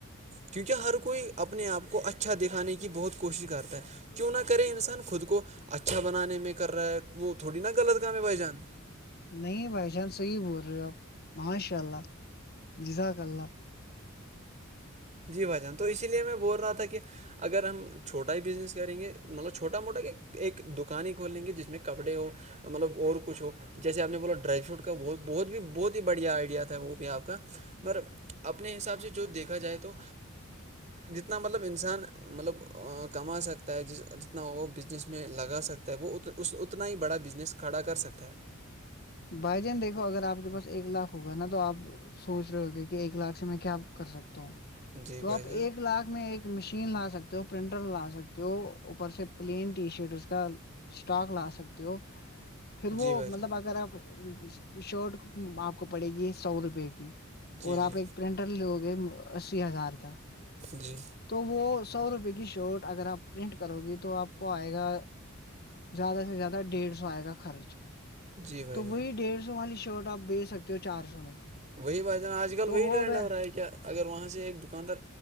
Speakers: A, on the right; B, on the left.
A: کیونکہ ہر کوئی اپنے آپ کو اچھا دکھانے کی بہت کوشش کرتا ہے کیوں نہ کرے انسان خود کو اچھا بنانے میں کر رہا ہے وہ تھوڑی نا غلط کام ہے بھ جان
B: نہیں بائی چانس صحیح بول رہے ہو آپ ماشاء اللہ جزاکاک اللہ
A: جی بھجان تو اسی لیے میں بول رہا تھا کہ اگر ہم چھوٹا ہی بزنس کریں گے مطلب چھوٹا موٹا کہ ایک دکان ہی کھول لیں گے جس میں کپڑے ہو مطلب اور کچھ ہو جیسے آپ نے بولا ڈرائی فروٹ کات بہت بھی بہت ہی بڑیا آئیڈیا تھا وہ بھی آپ کا مگر اپنے حساب سے جو دیکھا جائے تو جتنا مطلب انسان مطلب کما سکتا ہے جس جتنا وہ بزنس میں لگا سکتا ہے وہ ا اتنا ہی بڑا بزنس کھڑا کر سکتا ہے
B: بھائی جان دیکھو اگر آپ کے پاس ایک لاکھ ہوگا نا تو آپ سوچ رہے ہوگے کہ ایک لاکھ سے میں کیا کر سکتا ہوں
A: جی
B: تو
A: بھائی
B: آپ
A: جان
B: ایک لاکھ میں ایک مشین لا سکتے ہو پرنٹر لا سکتے ہو اوپر سے پلین ٹی شرٹ اس کا اسٹاک لا سکتے ہو پھر وہ
A: جی بھائی
B: مطلب
A: جان
B: اگر آپ شرٹ آپ کو پڑے گی سو روپے کی
A: جی
B: اور آپ
A: جی
B: ایک پرنٹر لو گے اسی ہزار کا
A: جی
B: تو وہ سو روپے کی شرٹ اگر آپ پرنٹ کرو گی تو آپ کو آئے گا زیادہ سے زیادہ ڈیڑھ سو آئے گا خرچ
A: جی بھائی
B: تو
A: جان
B: وہی ڈیڑھ سو والی شرٹ آپ بھیج سکتے ہو چار سو میں
A: وہی بجانا آج کل
B: تو
A: وہی ٹرینڈ
B: گئے
A: ہو رہا ہے کیا اگر وہاں سے ایک دکاندار